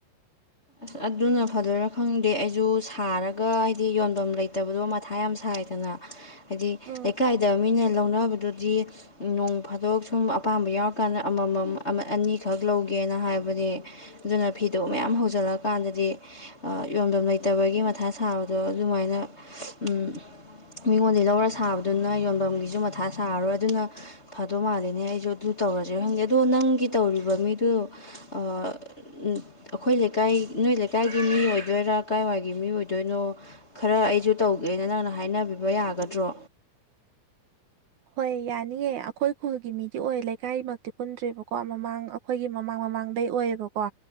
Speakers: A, on the left; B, on the right.
A: ꯑꯁ ꯑꯗꯨꯅ ꯐꯗꯣꯏꯔꯥ ꯈꯪꯗꯦ ꯑꯩꯁꯨ ꯁꯥꯔꯒ ꯍꯥꯏꯗꯤ ꯌꯣꯟꯐꯝ ꯂꯩꯇꯕꯗꯣ ꯃꯊꯥ ꯌꯥꯝ ꯁꯥꯏ ꯗꯅ ꯍꯥꯏꯗꯤ
B: ꯎꯝ
A: ꯂꯩꯀꯥꯏꯗ ꯃꯤꯅ ꯂꯧꯅꯕꯗꯨꯗꯤ ꯅꯣꯡ ꯐꯥꯗꯣꯛ ꯁꯨꯝ ꯑꯄꯥꯝꯕ ꯌꯥꯎꯔꯀꯥꯟꯗ ꯑꯃꯃꯝ ꯑꯃ ꯑꯅꯤꯈꯛ ꯂꯧꯒꯦꯅ ꯍꯥꯏꯕꯅꯦ ꯑꯗꯨꯅ ꯐꯤꯗꯣ ꯃꯌꯥꯝ ꯍꯧꯖꯤꯜꯂꯛ ꯀꯥꯟꯗꯗꯤ ꯑ ꯌꯣꯟꯕꯝ ꯂꯩꯇꯕꯒꯤ ꯃꯊꯥ ꯁꯥꯕꯗꯣ ꯑꯗꯨꯃꯥꯏꯅ ꯎꯝ ꯃꯤꯉꯣꯟꯗꯩ ꯂꯧꯔ ꯁꯥꯕꯗꯨꯅ ꯌꯣꯟꯐꯝꯒꯤꯁꯨ ꯃꯊꯥ ꯁꯥꯔꯔꯣꯏ ꯑꯗꯨꯅ ꯐꯥꯗꯧ ꯃꯥꯂꯦꯅꯦ ꯑꯩꯁꯨ ꯑꯗꯨ ꯇꯧꯔꯁꯦ ꯈꯪꯗꯦ ꯑꯗꯣ ꯅꯪꯒꯤ ꯇꯧꯔꯤꯕ ꯃꯤꯗꯨ ꯑ ꯑꯈꯣꯏ ꯂꯩꯀꯥꯏ ꯅꯣꯏ ꯂꯩꯀꯥꯏꯒꯤ ꯃꯤ ꯑꯣꯏꯗꯣꯏꯔꯥ ꯀꯥꯏꯋꯥꯏꯒꯤ ꯃꯤ ꯑꯣꯏꯗꯣꯏꯅꯣ ꯈꯔ ꯑꯩꯁꯨ ꯇꯧꯒꯦꯅ ꯅꯪꯅ ꯍꯥꯏꯅꯕꯤꯕ ꯌꯥꯒꯗ꯭ꯔꯣ
B: ꯍꯣꯏ ꯌꯥꯅꯤꯉꯦ ꯑꯈꯣꯏ ꯈꯨꯜꯒꯤ ꯃꯤꯗꯤ ꯑꯣꯏ ꯂꯩꯀꯥꯏꯃꯛꯇꯤ ꯄꯨꯟꯗ꯭ꯔꯦꯕꯀꯣ ꯃꯃꯥꯡ ꯑꯈꯣꯏꯒꯤ ꯃꯃꯥꯡ ꯃꯃꯥꯡꯗꯩ ꯑꯣꯏꯌꯦꯕꯀꯣ